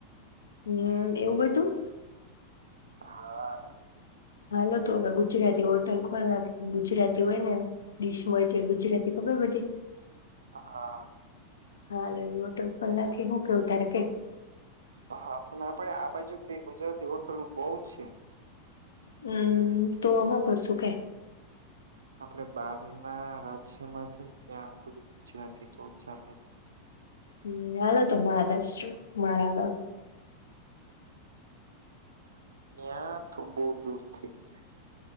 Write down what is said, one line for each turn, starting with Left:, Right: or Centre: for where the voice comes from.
Left: હમ એવું બધું
Right: હા
Left: હાલો તો હવે ગુજરાતી હોટલ ખોલ નાખ, ગુજરાતી હોય, ને ડીશ મળતી‌ હોય ‌ગુજરાતી ખબર બધી
Right: હા.
Left: હાલો એવી હોટલ પણ નથી. હું કેવું તારે કે.
Right: હાં પણ આપડે આ બાજુ તો એ ગુજરાતી હોટલો બહુ છે.
Left: હમ તો હું કરશું કે?
Right: આપણે બાર ના રાજ્યમાં છે, ને ત્યાં ખુલી ગુજરાતી તો ચાલે.
Left: હ હાલો તો મહારાષ્ટ્ર મારા ગામ.
Right: ત્યાં તો બહુ દૂર થઇ જાય.